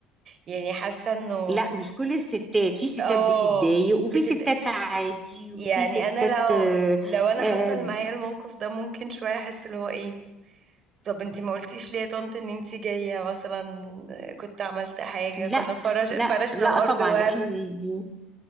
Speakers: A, on the right; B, on the right.
A: يعني حاسة انه
B: لا مش كل الستات في ستات
A: اه
B: بتتضايق وفي
A: بتد
B: ستات عادي
A: يعني
B: وفي ستات
A: انا لو
B: آه،
A: لو انا حصل
B: آه،
A: معايا الموقف ده ممكن شوية احس اللي هو ايه طب انتي ما قلتيش ليه يا طنط ان انتي جاية مثلا كنت عملت حاجة
B: لا
A: كنا فرش
B: لا
A: فرشنا
B: لا
A: الارض
B: طبعا
A: ورد
B: لان دي